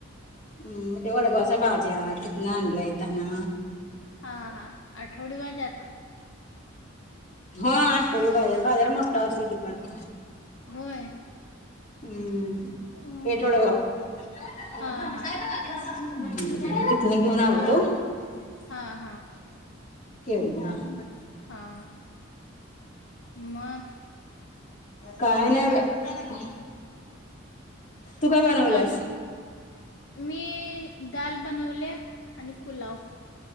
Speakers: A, on the left; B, on the left.
A: हम्म म ते वडगावचा बाजार तिथंन आणला येताना.
B: हा हा आठवडी बाजार.
A: हा आठवडी बाजार. बाजार मोठा असतो तिकडचा.
B: होय
A: हम्म
B: हं.
A: पेठ वडगाव. हम्म
B: हां हां
A: तिथंन घेऊन
B: मग
A: आलतो.
B: हां हां
A: केलो मग.
B: हं. हां मग
A: काय नाय बाई तू काय बनवलेस?
B: बाकी मी दाल बनवल आणि पुलाव